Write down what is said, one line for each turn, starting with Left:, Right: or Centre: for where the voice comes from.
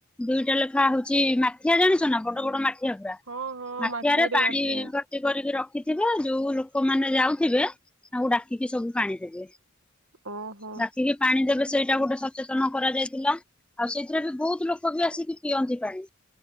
Centre: ଦୁଇଟା ଲେଖା ହଉଛି ମାଠିଆ ଜାଣିଛ ନା ବଡ ବଡ ମା ଟି ମାିଆ ପା
Right: ହଁ ହଁ
Centre: ମାଠିଆରେ
Right: ମାଟିରେ
Centre: ପାଣି
Right: ମାଠିଆ
Centre: ଭର୍ତି କରିକି ର କ କିଚିଵା ଯୋଉ ଲୋକମାନେ ଯାଉଥିବେ ତାଙ୍କୁ ଡାକିକି ସବୁ ପାଣି ଦେବେ।
Right: ଓହୋ
Centre: ଡାକି କି ପାଣି ଦେବେ। ସେଇଟା ଗୋଟେ ଚେତନ କରାଯାଇଥିଲା ଆଉ ସେ ବି ବହୁତ ଲୋକ ବି ଆସିକି ପିଅନ୍ତି ପାଣି